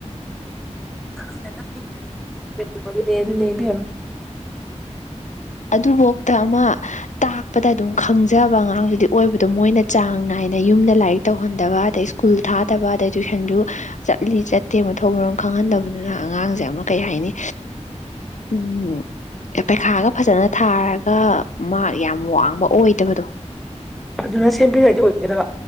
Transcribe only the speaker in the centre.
<unintelligible> ꯑꯗꯨꯅꯦ ꯑꯗꯨꯅꯦ ꯏꯕꯦꯝ
ꯐꯖꯅ ꯁꯦꯝꯕꯤꯔꯗꯤ ꯑꯣꯏꯒꯗꯕ